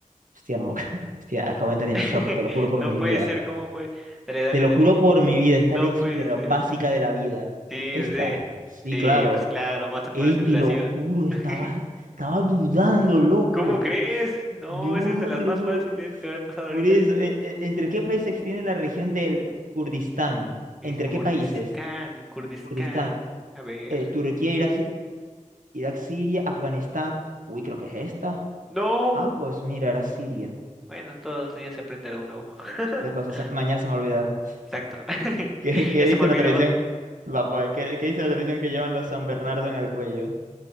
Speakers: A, on the right; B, in the centre.
A: Hostia, no me acuerdo. <laughs> Hostia, acabo de entrar en
B: <laughs>
A: shock, te lo juro por
B: No
A: mi
B: puede
A: vida.
B: ser, ¿cómo puede? Dale, dale,
A: Te lo
B: dale.
A: juro por mi vida, esta
B: No
A: ley
B: puede
A: súper
B: ser.
A: básica de la vida.
B: Sí,
A: Esta,
B: pues, eh,
A: sí,
B: Sí,
A: claro.
B: pues claro, masa por
A: Ey,
B: aceleración.
A: te lo juro, estaba,
B: <laughs>
A: estaba dudando, loco.
B: ¿Cómo crees? No,
A: No,
B: esa es
A: no,
B: de las
A: te
B: más
A: lo juro.
B: fáciles que había pasado
A: Por
B: ahorita.
A: eso, e- e- ¿entre qué países se extiende la región del Kurdistán?
B: El
A: ¿Entre
B: Kurdish
A: qué países?
B: Khan, Kurdish
A: Kurdistán,
B: Khan. A ver.
A: eh, Turquía, Irak Irak, Siria, Afganistán. Uy, creo que es esta.
B: No.
A: Ah, pues mira, era Siria.
B: Bueno, todos los días se aprende algo nuevo. <laughs>
A: Qué cosa, se- mañana se me va a olvidar.
B: Exacto. <laughs>
A: <laughs> ¿Qué, qué
B: Ya
A: dice
B: se me olvidó.
A: la tradición? Va, pues, ¿qué, qué dice la tradición que llevan los San Bernardo en el cuello?